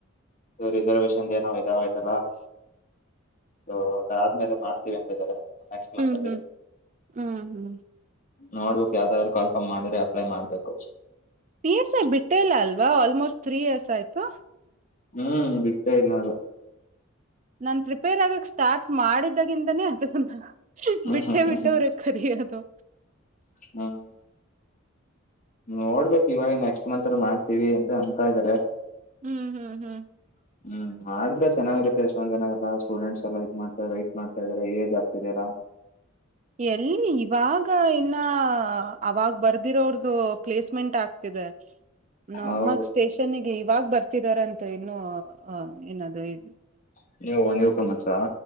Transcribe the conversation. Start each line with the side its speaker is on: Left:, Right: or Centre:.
Left: ಇದು ರಿಸರ್ವೇಶನ್ ಏನೋ ಇದಾಯ್ತಲ್ಲ ಸೊ ಅದಾದ್ಮೇಲೆ ಮಾಡ್ತೀವಿ ಅಂತ ಇದ್ದಾರೆ. ನೆಕ್ಸ್ಟ್ ಮಂತ್
Right: ಹ್ಮ್
Left: ಅಲ್ಲಿ.
Right: ಹ್ಮ್ ಹ್ಮ್ ಹ್ಮ್
Left: ನೋಡ್ಬೇಕು ಯಾವ್ದಾದ್ರು ಕಾಲ್ಪಾಮ್ ಮಾಡಿದ್ರೆ ಅಪ್ಲೈ ಮಾಡ್ಬೇಕು.
Right: ಪಿ ಎಸ್ ಐ ಬಿಟ್ಟೇ ಇಲ್ಲ ಅಲ್ವಾ ಆಲ್ಮೋಸ್ಟ್ ತ್ರಿ ಇಯರ್ಸ್ ಆಯ್ತು.
Left: ಹ್ಮ್ ಬಿಡ್ತಾ ಇಲ್ಲ ಅದು.
Right: ನನ್ ರಿಪೇರ್ ಆಗಕ್ ಸ್ಟಾರ್ಟ್ ಮಾಡಿದಾಗಿಂತಾನೇ ಅದನ್ನ
Left: ಹ್ಮ್
Right: ಬಿಟ್ಟೆ
Left: ಹ್ಮ್
Right: ಬಿಟ್ಟವರ.
Left: ಹ್ಮ್ ಹ್ಮ್
Right: ಕರಿಯದು.
Left: ಹ್ಮ್ ಹ್ಮ್ ನೋಡ್ಬೇಕು ಇವಾಗ ನೆಕ್ಸ್ಟ್ ಮಂತ್ ಅಲ್ಲಿ ಮಾಡ್ತೀವಿ ಅಂತ ಅನ್ಂತಾ ಇದಾರೆ.
Right: ಹ್ಮ್ ಹ್ಮ್ ಹ್ಮ್
Left: <unintelligible> ಹ್ಮ್ ಮಾಡ್ರೆ ಚನ್ನಾಗಿರುತ್ತೆ ಎಷ್ಟೊಂದ್ ಜನ ಎಲ್ಲಾ ಸ್ಟೂಡೆಂಟ್ಸ್ ಎಲ್ಲ ಇದ್ ಮಾಡ್ತಾರೆ ವೈಟ್ ಮಾಡ್ತಾ ಇದಾರೆ ಏಜ್ ಆಗ್ತಿದೆದೆಲ್ಲ.
Right: ಎಲ್ಲಿ ಇವಾಗ ಇನ್ನ ಅವಾಗ ಬರ್ದಿರೋದು ಪ್ಲೇಸ್ಮೆಂಟ್ ಆಗ್ತಿದೆ.
Left: <inaudible>
Right: ನಾಮ್ಮಾಗ
Left: ಹೌದು
Right: ಸ್ಟೇಷನ್ ಗೆ ಇವಾಗ ಬರ್ತಿದಾರ ಅಂತ ಇನ್ನು ಅ ಏನದು ಇದು.
Left: <inaudible> ನೀವು ಕರ್ಮಸ್